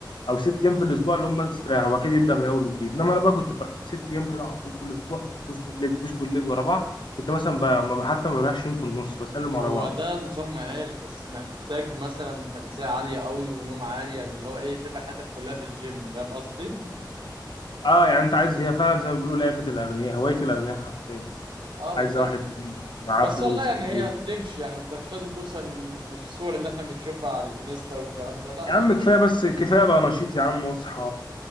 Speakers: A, on the left; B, on the right.
A: او ست ايام في الاسبوع اللي هم استرياح هو اكيد يبدا من اول وجديد انما انا بقى كنت بقى ست ايام كده على طول كل اسبوع بوش بول ليج بوش بول ليج ورا بعض كنت مثلا بقى ما- حتى ما بلاش يوم في النص بسلم
B: هو
A: ورا بعض
B: ده نظام مهاري بس محتاج مثلا تغذية عالية قوي ونوم عالي يعني اللي هو ايه تبقى حياتك كلها في الجيم فاهم قصدي؟
A: اه يعني انت عايز هي فعلا زي ما بيقولوا لعبه الاغنياء هوايه الاغنياء حرفيا يعني
B: اه بالظبط
A: عايز واحد معاه
B: بس
A: فلوس
B: والله يعني
A: كتير
B: هي بتمشي يعني انت مش لازم توصل للصور اللي احنا بنشوفها على الانستا والكلام ده لا
A: يا عم
B: يعني
A: كفايه بس كفايه بقى نشيط يا عم واصحى